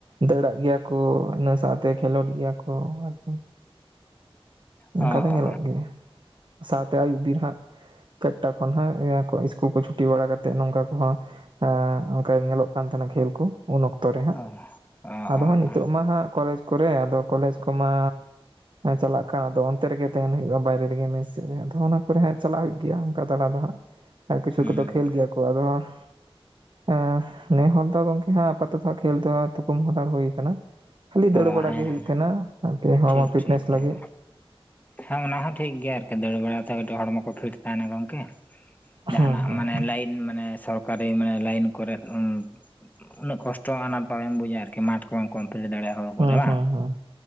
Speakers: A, on the right; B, on the left.
A: ᱫᱟᱹᱲᱟᱜ ᱜᱮᱭᱟ ᱠᱩ ᱤᱱᱟᱹ ᱥᱟᱶᱛᱮ ᱠᱷᱮᱞᱳᱰ ᱜᱮᱭᱟ ᱠᱚ ᱟᱨᱠᱤ ᱾ ᱚᱝᱠᱟ
B: ᱚ ᱚ
A: ᱫᱚ ᱧᱮᱞᱚᱜ ᱜᱮᱭᱟ ᱥᱟᱶᱛᱮ ᱟᱹᱭᱩᱵ ᱵᱤᱨ ᱦᱟᱸᱜ ᱾ ᱪᱟᱨᱴᱟ ᱠᱷᱚᱱ ᱦᱟᱜ ᱤᱭᱟᱹ ᱠᱚ ᱤᱥᱠᱩᱞ ᱠᱚ ᱪᱷᱩᱴᱤ ᱵᱟᱲᱟ ᱠᱟᱛᱮᱫ ᱱᱚᱝᱠᱟ ᱠᱚᱦᱚᱸ ᱮ ᱚᱱᱠᱟ ᱧᱮᱞᱚᱜ ᱠᱟᱱ ᱛᱷᱮᱱᱟ ᱠᱷᱮᱞ ᱠᱚ ᱩᱱ ᱚᱠᱛᱚ ᱨᱮ ᱦᱟᱸᱜ
B: ᱚ
A: ᱟᱫᱚ
B: ᱚ
A: ᱦᱟᱸᱜ ᱱᱤᱛᱚᱜ
B: ᱚ
A: ᱢᱟ ᱦᱟᱸᱜ ᱾ ᱠᱚᱞᱮᱡᱽ ᱠᱚᱨᱮ ᱟᱫᱚ ᱠᱚᱞᱮᱡᱽ ᱠᱚᱢᱟ ᱪᱟᱞᱟᱜ ᱠᱟᱱ ᱟᱫᱚ ᱚᱱᱛᱮ ᱨᱮᱜᱮ ᱛᱟᱦᱮᱱ ᱦᱩᱭᱩᱜᱼᱟ ᱵᱟᱭᱨᱮ ᱨᱮᱜᱮ ᱢᱮᱥ ᱥᱮᱫ ᱨᱮ ᱟᱫᱚ ᱚᱱᱟ ᱠᱚᱨᱮ ᱦᱟᱸᱜ ᱪᱟᱞᱟᱜ ᱦᱩᱭᱩᱜ ᱜᱮᱭᱟ ᱚᱱᱠᱟ ᱫᱟᱬᱟ ᱫᱚ ᱦᱟᱸᱜ ᱾ ᱟᱨ ᱠᱤᱪᱷᱩ
B: ᱦᱩᱸ
A: ᱠᱚᱫᱚ ᱠᱷᱮᱞ ᱜᱮᱭᱟ ᱠᱚ ᱟᱫᱚ ᱦᱟᱸᱜ ᱮᱸ ᱱᱮ ᱦᱚᱲ ᱫᱚ ᱜᱚᱝᱠᱮ ᱦᱟᱸ ᱟᱯᱟᱛᱚᱛᱚ ᱠᱷᱮᱞ ᱛᱚᱣᱟ ᱛᱷᱩᱠᱩᱢ ᱦᱟᱛᱟᱲ ᱦᱳᱭ ᱠᱟᱱᱟ ᱾ ᱠᱷᱟᱹᱞᱤ ᱫᱟᱹᱲ
B: ᱚ
A: ᱵᱟᱲᱟ
B: ᱦᱮᱸ
A: ᱜᱮ ᱦᱩᱭᱩᱜ ᱛᱷᱮᱱᱟ ᱟᱨᱠᱤ ᱦᱚᱲᱢᱚ
B: ᱴᱷᱤᱠ
A: ᱯᱷᱤᱴᱱᱮᱥ
B: ᱴᱷᱤᱠ ᱦᱮᱸ
A: ᱞᱟᱹᱜᱤᱫ ᱾
B: ᱦᱮᱸ ᱚᱱᱟ ᱦᱚᱸ ᱴᱷᱤᱠ ᱜᱮᱭᱟ ᱟᱨᱠᱤ ᱫᱟᱹᱲ ᱵᱟᱲᱟᱛᱮ ᱠᱟᱹᱴᱤᱡ ᱦᱚᱲᱢᱚ ᱠᱚ ᱯᱷᱤᱴ ᱛᱟᱦᱮᱱᱟ ᱜᱚᱝᱠᱮ ᱾
A: ᱦᱩᱸ
B: ᱡᱟᱸᱦᱟᱱᱟᱜ
A: ᱦᱩᱸ
B: ᱢᱟᱱᱮ ᱞᱟᱭᱤᱱ ᱢᱟᱱᱮ ᱥᱚᱨᱠᱟᱨᱤ ᱢᱟᱱᱮ ᱞᱟᱭᱤᱱ ᱠᱚᱨᱮᱜ <inaudible> ᱩᱱᱟᱹᱜ ᱠᱚᱥᱴᱚ ᱟᱱᱟᱴ ᱵᱟᱵᱮᱢ ᱵᱩᱡᱟ ᱟᱨᱠᱤ ᱢᱟᱴ ᱠᱚᱢ ᱠᱚᱢᱯᱞᱤᱴ ᱫᱟᱲᱮᱭᱟᱜ᱾ ᱚ ᱠᱚᱨᱮ
A: ᱦᱩᱸ
B: ᱵᱟᱝ
A: ᱦᱩᱸ ᱦᱩᱸ